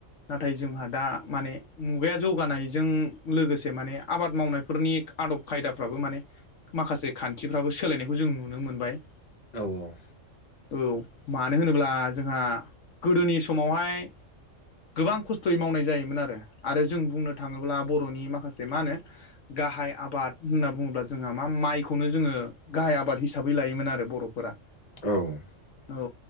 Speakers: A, on the left (about 70°); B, on the left (about 35°).
A: नाथाय जोंहा दा माने मुगाया जौगानायजों लोगोसे माने आबाद मावनायफोरनि आदब खायदाफ्राबो माने माखासे खान्थिफ्राबो सोलायनायखौ जों मोनबाय।
B: औ औ
A: औ मानो होनोब्ला जोंहा गोदोनि समावहाय गोबां खस्थयै मावनाय जायोमोन आरो आरो जों बुंनो थाङोब्ला बर'नि माखासे माहोनो गाहाय आबाद होनना बुङोब्ला जोंहा मा माइखौनो जोङो गाहाय आबाद हिसाबै लायोमोन आरो बरफोरा
B: औ
A: औ